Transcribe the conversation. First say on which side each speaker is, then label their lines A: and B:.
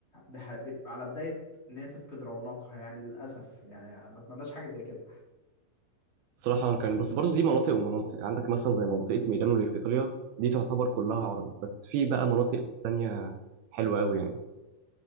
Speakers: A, on the left; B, on the right.
A: بح... ب... على بداية ان هي تفقد رونقها يعني للأسف يعني ما اتمناش حاجة زي كده
B: بصراحة كان بس برضو دي مناطق ومناطق عندك مثلا زي منطقة ميلانو اللي في إيطاليا دي تعتبر كلها عرب بس في بقى مناطق تانية حلوة أوي يعني